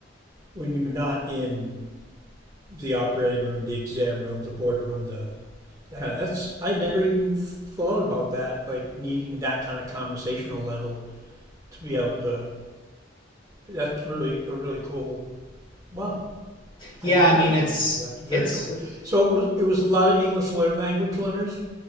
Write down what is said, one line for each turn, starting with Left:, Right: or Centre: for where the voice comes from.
Right: when you're not in the operating room, the exam room, the boardroom, the that kind of, that's I never even thought about that. Like needing that kind of conversational level to be able to. That's really a really cool. Wow,
Left: Yeah,
Right: I just
Left: I mean
Right: learned
Left: it's
Right: something. That's very
Left: it's
Right: cool. So it was it was a lot of English learn language learners.